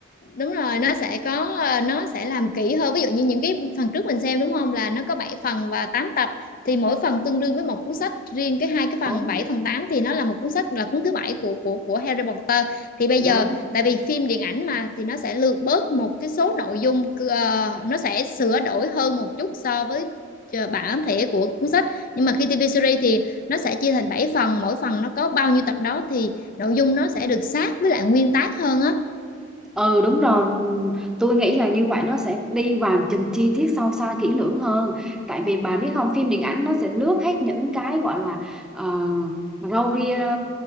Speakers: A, on the left; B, in the centre.
A: Đúng rồi, nó sẽ có ờ, nó sẽ làm kỹ hơn. Ví dụ như những cái phần trước mình xem đúng không là nó có 7 phần và 8 tập thì mỗi phần tương đương với một cuốn sách, riêng cái hai cái phần
B: đúng
A: 7 phần 8 thì nó là một cuốn sách là cuốn thứ bảy của của của Harry Potter. Thì bây
B: đúng
A: giờ tại vì phim điện ảnh mà thì nó sẽ lược bớt một cái số nội dung ờ, nó sẽ sửa đổi hơn một chút so với ờ, bản thể của cuốn sách. Nhưng mà khi TV series thì nó sẽ chia thành 7 phần, mỗi phần nó có bao nhiêu tập đó thì nội dung nó sẽ được sát với lại nguyên tác hơn á.
B: ừ đúng rồi Ừ, tôi nghĩ là như vậy nó sẽ đi vào từng chi tiết sâu xa kỹ lưỡng hơn tại vì bà biết không phim điện ảnh nó sẽ lướt hết những cái gọi là uh, râu ria